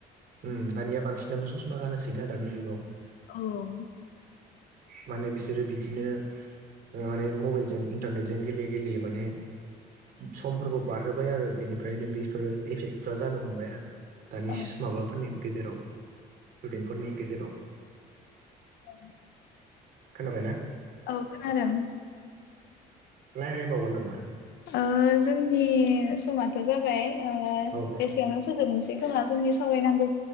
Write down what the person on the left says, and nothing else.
औ
औ
औ
औ खोनादों
ओ जोंनि समाथ' जाबाय ओ
एसेयावनो फोजोबनोसै खोमा जोंनि सावराय नांगौ